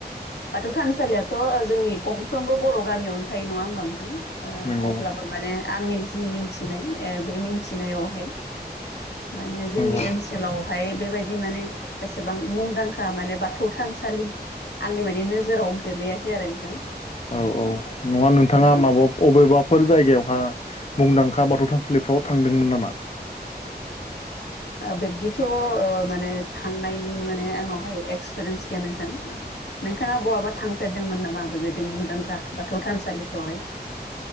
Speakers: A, on the left; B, on the left.
A: बाथौ थानसालियाथ' जोंनि गंफ्रोमबो बर' गामियावनो थायो नङा होमबा नोंथां
B: नंगौ
A: अब्लाबो माने आंनि जि मिथिनाय बे मिथिनायावहाय माने जोंनि
B: नंगौ
A: ओनसो ओनसोलावहाय बेबायदि माने एसेबां मुंदांखा माने बाथौ थानसालि आंनि माने नोजोराव गोलैयाखै आरो नोंथां।
B: औ औ नङा नोंथाङा
A: औ नोंथां
B: माबा अबेबाफोर जायगायावहा मुंदांखा बाथौ थानसालिफ्राव थांदोंमोन नामा?
A: बिब्दिथ' माने थांनायनि माने आंनावहाय एक्सपिरियेन्स गैया नोंथां। नोंथाङा बहाबा थांफेरदोंमोन नामा बेबायदि मुंदांखा बाथौ थानसालिफ्रावहाय?